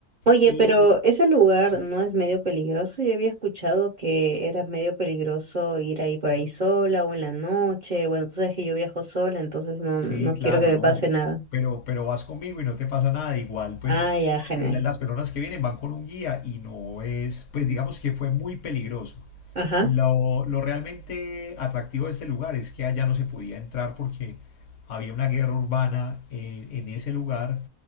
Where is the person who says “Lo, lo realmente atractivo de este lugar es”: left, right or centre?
Left